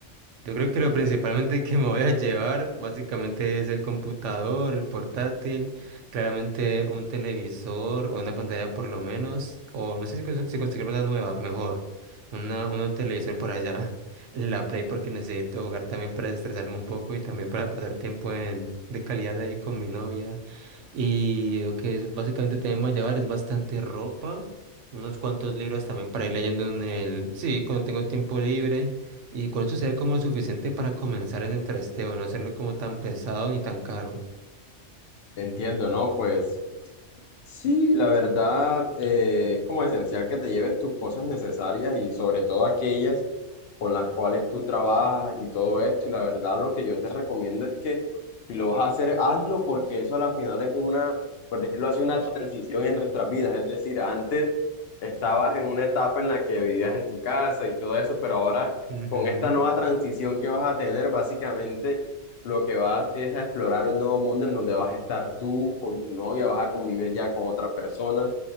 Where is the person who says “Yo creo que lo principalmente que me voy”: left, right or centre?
Right